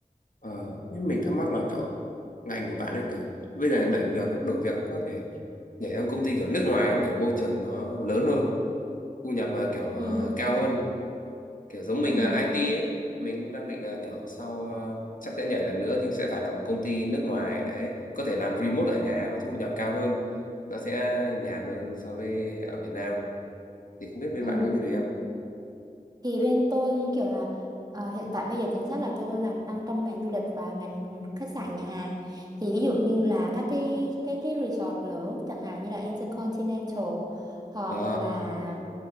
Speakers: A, on the left; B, on the right.
A: ờ. Nhưng mình thắc mắc là kiểu ngành của bạn ấy kiểu bây giờ đẩy việc ấy, đổi việc ấy, có thể nhảy sang công ty kiểu nước ngoài không? Kiểu môi trường nó lớn hơn, thu nhập ờ, kiểu ờ,
B: ừ
A: cao hơn. kiểu giống mình
B: ừ
A: là IT ấy mình cũng đang định ờ, kiểu sau ờ, chắc sẽ nhảy lần nữa nhưng sẽ phải là một công ty nước ngoài đấy có thể làm remote ở nhà và thu nhập cao hơn nó sẽ nhàn hơn so với ở Việt Nam thì không biết bên
B: ừ
A: bạn có như thế không
B: thì bên tôi thì kiểu là ờ, hiện tại bây giờ chính xác là tôi đang làm đang trong ngành du lịch và ngành khách sạn nhà hàng thì ví dụ như là các cái cái cái resort lớn chẳng hạn như là Intercontinental hoặc
A: ờ
B: là